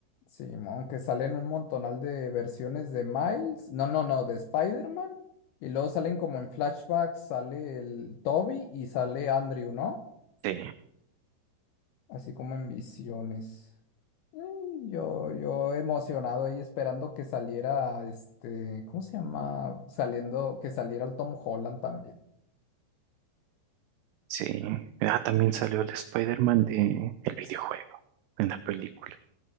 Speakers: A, on the left (about 80°); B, on the right (about 85°).
A: Sí, aunque salen un montonal de versiones de Miles, no, no, no, de Spider-Man, y luego salen como en flashbacks, sale el Toby y sale Andrew, ¿no?
B: Sí,
A: Así como en visiones. Mm, Yo, yo emocionado ahí esperando que saliera, este, ¿cómo se llama? Saliendo, que saliera el Tom Holland también.
B: sí. Ah, también salió el Spider-Man de el videojuego en la película.